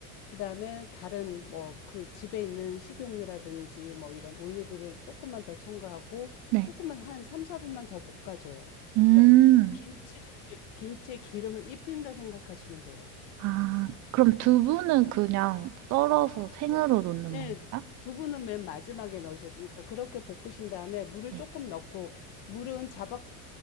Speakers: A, on the left; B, on the right.
A: 그다음에 다른 뭐 그 집에 있는 식용유라든지 뭐 이런 올리브를 조금만 더 첨가하고
B: 네.
A: 조금만 한 3, 4분만 더 볶아줘요.
B: 음,
A: 그러니까 김치를 김치에 기름을 입힌다 생각하시면 돼요.
B: 아, 그럼 두부는
A: 그죠?
B: 그냥 썰어서 생으로
A: 두-
B: 넣는
A: 네,
B: 건가요?
A: 두부는 맨 마지막에 넣으셔도 그러니까 그렇게 볶으신 다음에 물을
B: 네.
A: 조금 넣고 물은 자박